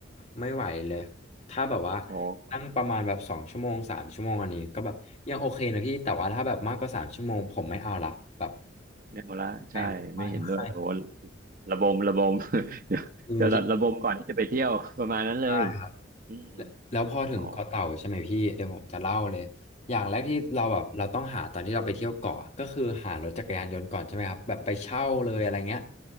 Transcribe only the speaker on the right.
พอ
ไม่เอาละใช่ไม่เห็นด้วยโอ้
ระบมระบม <laughs> เดี๋ยวเดี๋ยวระบมก่อนที่จะไปเที่ยวประมาณนั้นเลย
อืม
อ๋อ